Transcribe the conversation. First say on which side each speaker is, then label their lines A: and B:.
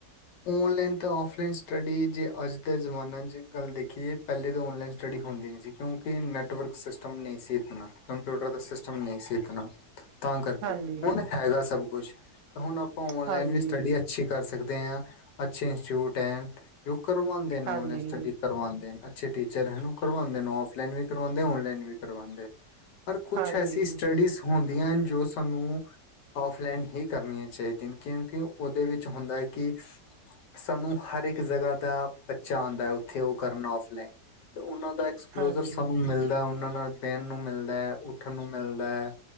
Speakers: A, on the left (about 80°); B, on the right (about 65°).
A: ਔਨਲਾਈਨ ਅਤੇ ਆਫਲਾਈਨ ਸਟੱਡੀ ਜੇ ਅੱਜ ਦੇ ਜ਼ਮਾਨੇ ਚ ਗੱਲ ਦੇਖੀਏ ਪਹਿਲੇ ਤਾਂ ਔਨਲਾਈਨ ਸਟੱਡੀ ਹੁੰਦੀ ਨਹੀਂ ਸੀ। ਕਿਉਂਕਿ ਨੈੱਟਵਰਕ ਸਿਸਟਮ ਨਹੀਂ ਸੀ ਇਤਨਾ, ਕੰਪਿਊਟਰ ਦਾ ਸਿਸਟਮ ਨਹੀਂ ਸੀ ਇਤਨਾ। ਤਾਂ ਕਰਕੇ
B: ਹਾਂਜੀ
A: ਹੁਣ ਹੈਗਾ ਸਭ ਕੁਛ ਹੁਣ ਆਪ ਆਪਾਂ ਔਨਲਾਈਨ
B: ਹਾਂਜੀ
A: ਵੀ ਸਟੱਡੀ ਅੱਛੀ ਕਰ ਸਕ ਦੇ ਆ ਅੱਛੇ ਇੰਸਟੀਚਿਊਟ ਹੈ ਕਰਵਾਉਂਦੇ ਨੇ
B: ਹਾਂਜੀ
A: ਉਹਨ ਸਟੱਡੀ ਕਰਵਾਉਂਦੇ ਨੇ ਅਛੇ ਟੀਚਰ ਹੈਨ ਉਹ ਕਰਵਾਦੇ ਓਫਲਾਈਨ ਵੀ ਕਰਵਾਦੇ ਓਨ ਲਾਈਨ ਵੀ ਕਰਵਾਦੇ। ਪਰ ਕੁਛ
B: ਹਾਂਜੀ
A: ਐਸੀ ਸਟੱਡੀਸ ਹੋਂ ਜੋ ਸਾਨੂੰ ਆਫਲਾਈਨ ਹੀ ਕਰਨੀਆਂ ਚਾਹੀਦੀਆਂ ਕਿਉਂਕਿ ਉਹਦੇ ਵਿੱਚ ਹੁੰਦਾ ਕਿ ਸਾਨੂੰ ਹਰ ਇੱਕ ਜਗ੍ਹਾ ਦਾ ਬੱਚਾ ਆਉਂਦਾ ਉੱਥੇ ਉਹ ਕਰਨਾ ਓਫ ਲਾਈਨ ਤੇ ਉਹਨਾਂ ਦਾ ਐਕਸਪਲੋਜਰ
B: ਹਾਂਜੀ
A: ਸਾਨੂੰ ਮਿਲਦਾ ਉਹਨਾਂ ਨਾਲ ਬਹਿਣ ਨੂੰ ਮਿਲਦਾ, ਉੱਠਣ ਨੂੰ ਮਿਲਦਾ,